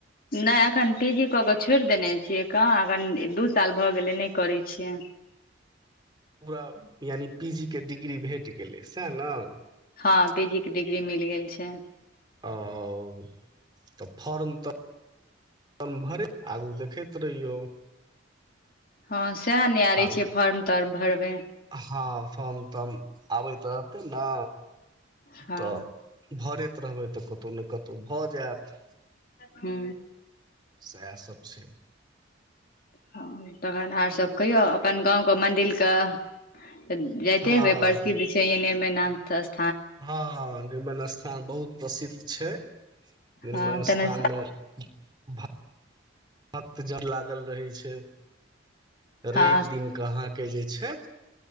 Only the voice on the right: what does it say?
पूरा यानि। पीजी के डिग्री भेट गेलै सैह न।
ओ तऽ फर्म तऽ। न भर आगू देख। देखैत रहियौ।
आगू
हँ फर्म तर्म आबैत रहते न।
तऽ भरैत। रहबै तऽ कतहु ने कतहु भऽ जायत।
सएह सब छै
हँ
हँ निर्मल स्थान बहुत। प्रसिद्ध छै। निर्मल
स्थानमे। भक भक्त जन लागल रहै छै।
रैबदिन क अहाँके जे छै।